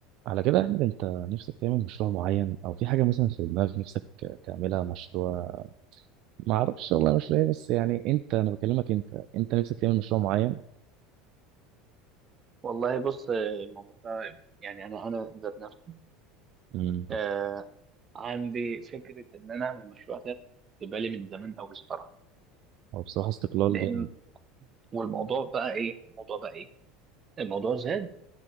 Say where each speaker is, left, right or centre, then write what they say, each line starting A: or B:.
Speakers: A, on the right; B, on the right.
A: على كده يا احمد انت نفسك تعمل مشروع معين او في حاجه مثلا في دماغك نفسك تعملها مشروع ما اعرفش والله مشروع ايه بس يعني انت انا بكلمك انت انت نفسك تعمل مشروع معين
B: والله بص الموضوع ده يعني انا انا ذات نفسي
A: امم
B: آه عندي فكره ان انا اعمل مشروع ده في بالي من زمان قوي الصراحه
A: هو بصراحه استقلال
B: لان
A: جامد
B: والموضوع بقى ايه الموضوع بقى ايه الموضوع زاد